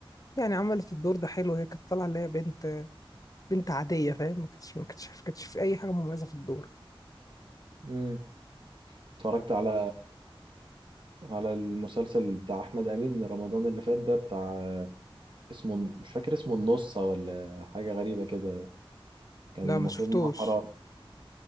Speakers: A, on the left; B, on the right.
A: يعني عملت الدور ده حلو هي كانت طالعة اللي هي بنت بنت عادية فاهم ما كانتش ما كانتش ما كانتش في أي حاجة مميزة في الدور
B: امم اتفرجت على على المسلسل بتاع احمد امين رمضان اللي فات ده بتاع اسمه مش فاكر اسمه النص ولا حاجة غريبة كده كان
A: لا ما
B: المفروض
A: شفتوش
B: إنه حرام